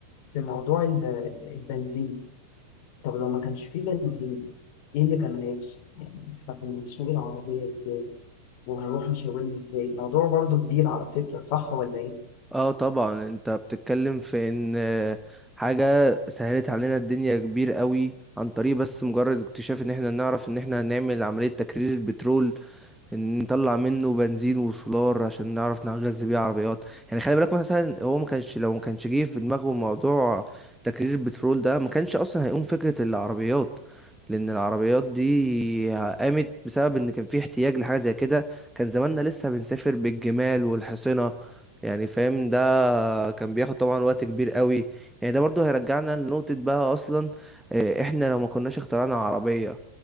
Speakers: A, on the left; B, in the centre.
A: في موضوع ال- ال- البنزين طب لو ما كانش فيه بنزين ايه اللي كان هيحصل يعني احنا كنا بنسوق العربية ازاي وهنروح مشاورين ازاي الموضوع برضو كبير على فكرة صح ولا ايه
B: اه طبعا انت بتتكلم في ان آه، حاجة سهلت علينا الدنيا كبير قوي عن طريق بس مجرد اكتشاف ان احنا نعرف ان احنا هنعمل عملية تكرير البترول ان نطلع منه بنزين وسولار عشان نعرف نغذي بيه عربيات يعني خلي بالك مثلا هو ما كانش لو ما كانش جه في دماغه موضوع تكرير البترول ده ما كانش اصلا هيقوم فكرة العربيات لان العربيات دي قامت بسبب ان كان في احتياج لحاجة زي كده كان زماننا لسه بنسافر بالجمال والحصنة يعني فاهم ده كان بياخد طبعا وقت كبير قوي يعني ده برضو هيرجعنا لنقطة بقى اصلا آه، احنا لو ما كناش اخترعنا عربية